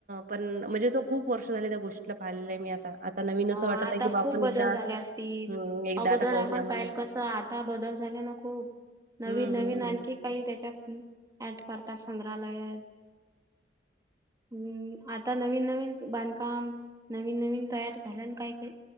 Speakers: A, on the right; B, on the right.
A: पण म्हणजे त खूप वर्ष झाले त्या गोष्टीला पाहिलेलं आहे मी आता. आता नवीन
B: हो
A: असं वाटत
B: आता
A: आहे की बा आपण
B: खूप बदल
A: एकदा
B: झाले असतील.
A: हम्म एकदा
B: अगोदर
A: आता पाहूया
B: आपण
A: म्हणून.
B: पाहिल कसं आता बदल झाल्याने खूप नवी
A: हं,
B: नवीन
A: हं,
B: आणखी
A: हं.
B: काही त्याच्यात ऍड करतात संग्रहालयात. हम्म आता नवीन, नवीन बांधकाम नवीन, नवीन तयार झाल्यान काय, काय